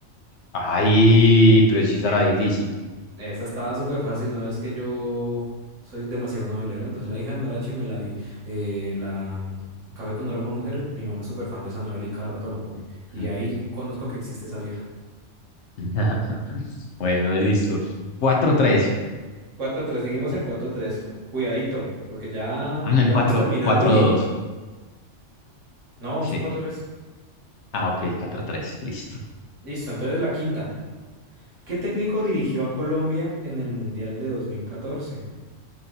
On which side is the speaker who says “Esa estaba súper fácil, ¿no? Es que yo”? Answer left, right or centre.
Right